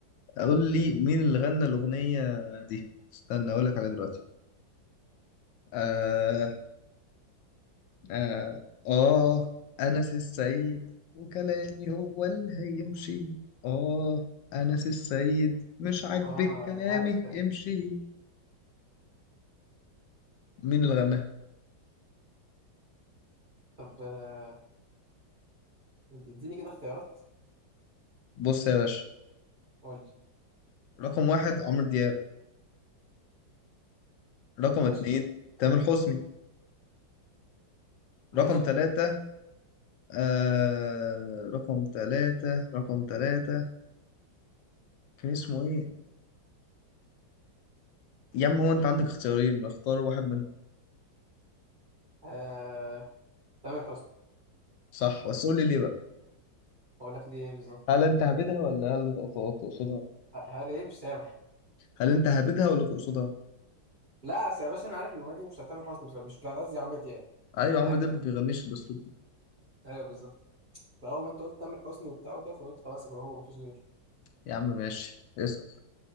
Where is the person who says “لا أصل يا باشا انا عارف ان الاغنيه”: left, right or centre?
Right